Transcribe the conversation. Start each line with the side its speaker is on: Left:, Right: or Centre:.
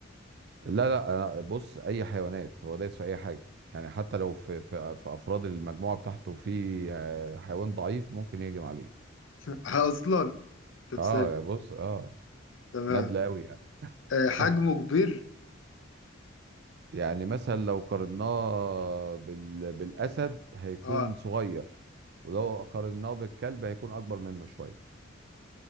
Right: لا لا أنا- بص اي حيوانات هو دايس في اي حاجه يعني حتى لو في في, في افراد المجموعه بتاعته في آه، حيوان ضعيف ممكن يهجم عليه
Left: <laughs> اصلا طب
Right: اه
Left: ثانية.
Right: يا بص اه
Left: تمام
Right: نادلة قوي يعني
Left: آه حجمه
Right: <laughs>
Left: كبير
Right: يعني مثلا لو قارناه بال... بالاسد هيكون
Left: اه
Right: صغير ولو قارناه بالكلب هيكون اكبر منه شويه